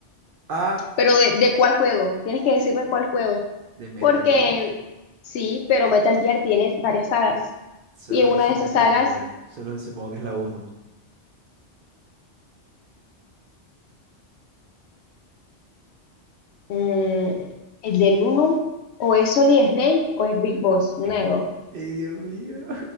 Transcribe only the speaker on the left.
Pero de, de cuál juego. Tienes que decirme cuál juego.
Porque
sí, pero Metal Gear tiene varias sagas.
Y en
una de esas
sagas,
mm, el del uno o es Solid Snake o es Big Boss. Una
de dos.